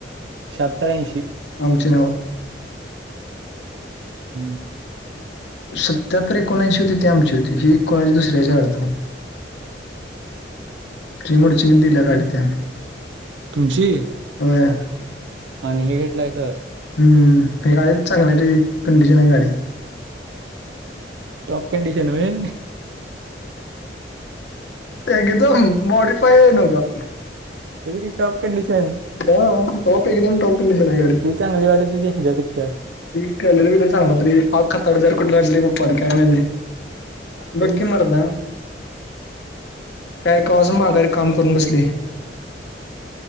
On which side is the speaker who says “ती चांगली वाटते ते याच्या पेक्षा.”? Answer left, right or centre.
Right